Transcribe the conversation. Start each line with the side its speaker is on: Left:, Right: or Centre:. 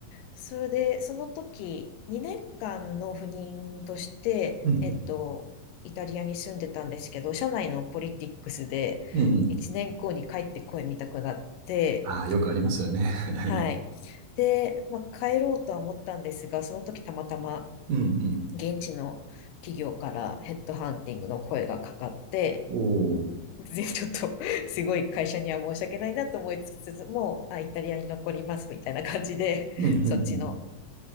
Left: それで、その時、2年間の赴任として、
Right: うんうん。
Left: えっと、イタリアに住んでたんですけど、社内のポリティックスで、
Right: うんうん。
Left: 1年後に帰ってこいみたくなって、
Right: ああ、よくありますよね。<laughs>
Left: はい。で、まあ、帰ろうとは思ったんですが、その時たまたま
Right: うんう
Left: 現地の企業からヘッドハンティングの声がかかって、
Right: ん。おお。
Left: <laughs> ぜちょっと <laughs> すごい会社には申し訳ないなと思いつつも、あ、イタリアに残りますみたいな感じで、<laughs>
Right: うんうんうん。
Left: そっちの